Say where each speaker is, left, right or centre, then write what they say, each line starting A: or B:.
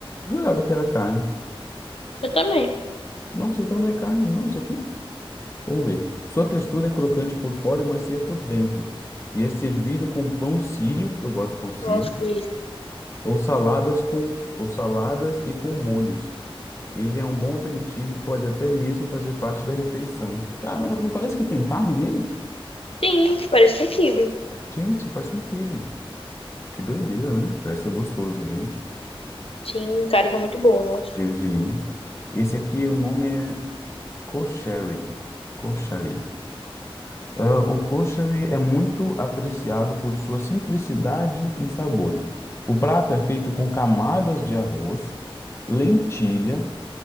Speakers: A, on the left; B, on the left.
A: jurava que era carne.
B: Eu também
A: Nossa, então não é carne, não, isso aqui? Vamos ver. Sua textura é crocante por fora e macia por dentro. E é servido com pão sírio, eu gosto de pão sírio,
B: gosto disso.
A: ou saladas com ou saladas e com molhos. Ele é um bom aperitivo e pode até mesmo fazer parte da refeição. Caramba, não parece que tem carne nele?
B: Sim, parece um quibe.
A: Gente, parece um quibe. Que doideira, né? Parece ser gostoso, gente.
B: Sim, cara, tá muito boa, nossa.
A: Gergelim. Esse aqui, o nome é kosheri. Kosheri. Ah, o kosheri é muito apreciado por sua simplicidade e sabor. O prato é feito com camadas de arroz, lentilha,